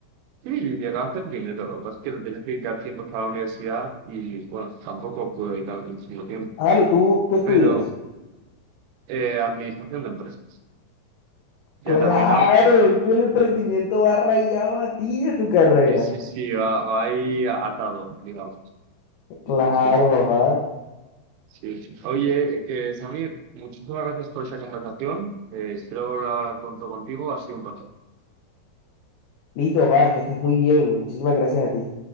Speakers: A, on the right (about 85°); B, on the left (about 75°).
A: Sí, y gastaste el dinero. Lo que pasa es que lo tienes que dedicar tiempo para la universidad y, bueno, tampoco pude dedicarle muchísimo tiempo.
B: Ah, vale, tú, tú estudias.
A: Pero eh, administración de empresas. Ya
B: Claro,
A: he terminado.
B: es que el emprendimiento va arraigado a ti y a tu carrera.
A: Sí, sí, sí, va, va ahí atado, digamos. Sí,
B: Claro,
A: sí, sí.
B: papá.
A: Sí. Oye, eh, Samir, muchísimas gracias por esa conversación. Eh, espero volver a hablar pronto contigo. Ha sido un placer.
B: Listo, papá, que estés muy bien. Muchísimas gracias a ti.